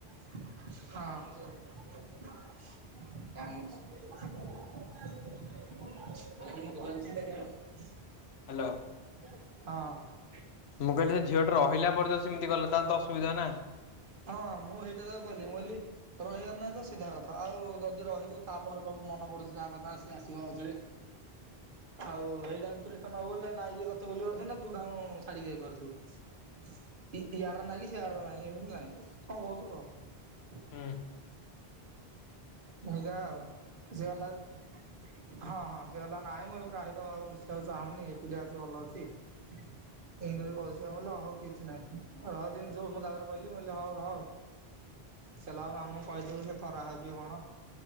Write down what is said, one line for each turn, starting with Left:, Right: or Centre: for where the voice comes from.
Right: ହଁ। <inaudible> <unintelligible> <unintelligible>
Left: ହାଲୋ।
Right: ହଁ।
Left: ମୁଁ କହିଲି ସେ ଝିଅଟା ରହିଲା ପରେ ତତେ ସେମିତି କଲା ତାହେଲେତ ଅସୁବିଧା ନା।
Right: ହଁ ମୁଁ ସେଇଟା ତାକୁ କହଲି ମୁ କହିଲି ରହିବାର ନାହିଁ ତ ସିଧା କଥା। ଆଉ ଯଦି ରହିବୁ ତାପରେ କିହିବୁ ମନ ପଡୁଚି ତା କଥା ସିଏ ଆସିବ ଆଉ ଥରେ। ଆଉ ହେଇଟା ତୁ ରିଟର୍ଣ ହବୁ ବୋଲି ନାଇଁ ଏ ତତେ ଭୁଲିପାରୁଥିବୁ ନା ତୁ ତାଙ୍କୁ ଛାଡିକି ଯାଇ ପାରୁଥିବୁ। ଇ-ଇଆଡାର ନାହିଁ କି ସିଆଡାର ନାହିଁ ସେମିତି ନାହିଁ କଣ କହୁଚୁ କହ।
Left: ହୁଁ।
Right: ମୁଗା ଆଉ ସିଏ ଅଲଗା <unintelligible> ହଁ ହଁ ସେ କହିଲା ନାଇଁ ଏବେ କାହା ସହିତ ଆଉ ମିଶିବାକୁ ଚାହୁଁନି। ଯାହା ଅଛି ଭଲ ଅଛି। <unintelligible> ଆଉ କିଛି ନାହିଁ। ରହ ଜିନି ଶୁଣୁ ମୁଁ ତାପରେ କହିଲି କି ମୁଁ କହିଲି କି ହୋଉ ରହ ଚଲାଅ ମାମୁଁ କହିଦେବୁ ସେ ଖରାପ ଭାବିବ କଣ